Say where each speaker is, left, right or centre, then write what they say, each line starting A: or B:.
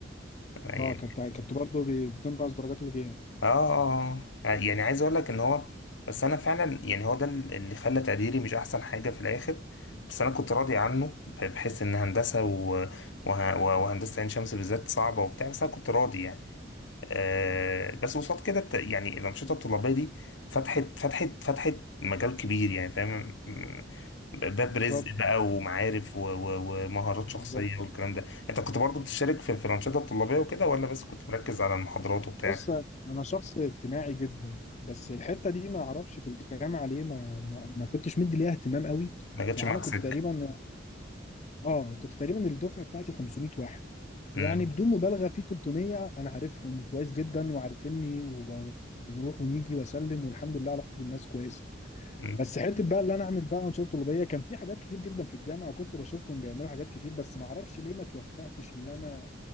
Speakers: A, on the left; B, on the left.
A: يعني
B: اه كنت كنت برضه بي- بتنقص درجات الغياب
A: اه اه آه. يعني عايز اقول لك ان هو بس انا فعلا يعني هو ده اللي خلى تقديري مش احسن حاجه في الاخر بس انا كنت راضي عنه ب- بحس ان هندسه و... وه... وهندسه عين شمس بالذات صعبه وبتاع بس انا كنت راضي يعني آه بس قصاد كده الت- يعني الانشطه الطلابيه دي فتحت فتحت فتحت مجال كبير يعني فاهم م- باب
B: بالظبط
A: رزق بقى ومعارف و... و... ومهارات
B: بالظبط
A: شخصيه والكلام ده انت كنت برضو بتشارك في, في الانشطه الطلابيه وكده ولا بس كنت مركز على المحاضرات وبتاع
B: بص انا شخص اجتماعي جدا بس الحته دي ما اعرفش في الجامعه ليه ما ما, ما كنتش مدي ليها اهتمام قوي
A: ما جاتش
B: يعني
A: معاك
B: انا كنت
A: سكة
B: تقريبا اه كنت تقريبا الدفعه بتاعتي 500 واحد يعني
A: مم.
B: بدون مبالغه في 300 انا عارفهم كويس جدا وعارفيني وبنروح ونيجي واسلم والحمد لله علاقتي بالناس كويسه
A: مم.
B: بس حته بقى اللي انا اعمل بقى انشطه طلابيه كان في حاجات كتير جدا في الجامعه وكنت بشوفهم بيعملوا حاجات كتير بس ما اعرفش ليه ما توفقتش اللي انا